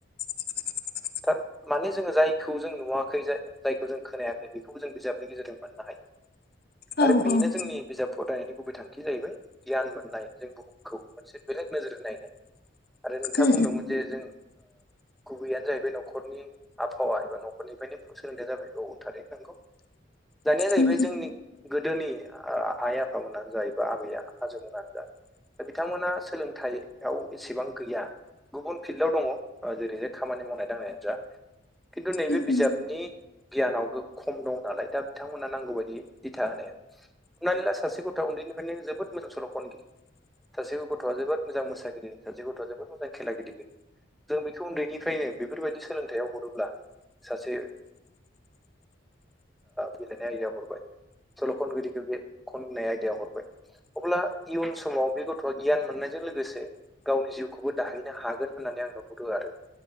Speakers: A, on the left (about 50°); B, in the centre.
A: <inaudible>
B: नोंथां माने जोङो जायखौ जों नुवाखै जाय जायखौ जों खोनायाखै बेखौबो जों बिजाबनि गेजेरजों मोननो हायो।
A: औ
B: आरो बेनो
A: उम
B: जोंनि बिजाब फरायनायनि गुबै थांखि जाहैबाय गियान मोननाय जों बुहुमखौ मोनसे बेलेग नोजोर होनाय आरो नोंथाङा
A: उम
B: बुंदोंमोन जे जों गुबैयनो जाहैबाय न'खरनि आबहावा एबा न'खरनिफ्रायनो सोलोंथाइया जाबाय बे औ थारैनो नंगौ दानिया जाहैबाय
A: उम
B: जोंनि गोदोनि आइ आफामोनानो जायो बा आबै आजौमोनानो जा दा बिथांमोना सोलोंथाइ याव एसेबां गैया गुबुन फिल्डआव दङ जेरैहाय खामानि मावनाय दांनायानो जा खिन्थु नैबे
A: उम
B: बिजाबनि गियानावबो खम दं नालाय दा बिथांमोनहा नांगौ बायदि दिथा होनाया हनानै ला सासे गथ'आ उन्दैनिफ्रायनो जोबोद मोजां सल'खनगिरि सासे गथ'आ जोबोद मोजां मोसायो जेरै सासे गथ' जोबबो मोजां खेला गेलेगिरि जों बेखौ उन्दैनिफ्रायनो बेफोरबायदि सोलोंथायाव हरोब्ला सासे गेलेनाय आयदायाव हरबाय सल' खनगिरिखौ बे खननाय आयदायाव हरबाय अब्ला इयुन समाव बे गथ'आ गियान मोननायजों लोगोसे गावनि जिउखौबो दाहैनो हागोन होननानै आं नुहरो आरो